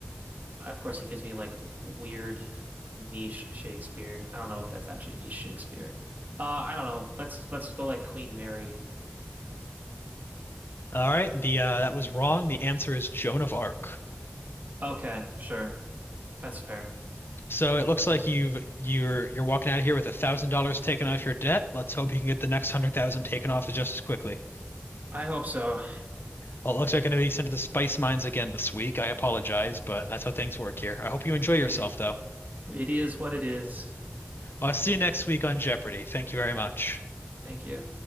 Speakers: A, on the right; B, on the left.
A: Of course, it gives me like weird niche Shakespeare. I don't know if that's actually niche Shakespeare. Uh, I don't know. Let's let's go like Queen Mary.
B: All right. The uh, that was wrong. The answer is Joan of Arc.
A: Okay, sure. That's fair.
B: So it looks like you've you're you're walking out of here with a thousand dollars taken off your debt. Let's hope you can get the next hundred thousand taken off just as quickly.
A: I hope so.
B: Well, it looks like I'm going to be sent to the spice mines again this week. I apologize, but that's how things work here. I hope you enjoy yourself,
A: It
B: though.
A: it is what it is.
B: Well, I'll see you next week on Jeopardy. Thank you very much.
A: Thank you.